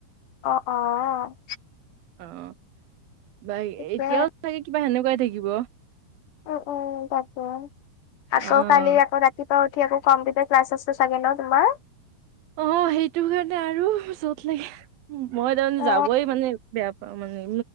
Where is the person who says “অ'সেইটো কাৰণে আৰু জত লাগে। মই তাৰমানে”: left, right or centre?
Right